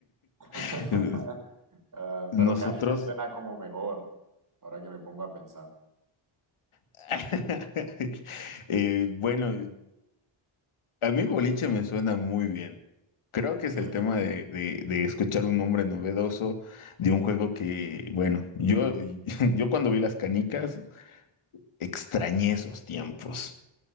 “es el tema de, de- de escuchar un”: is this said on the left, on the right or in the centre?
Left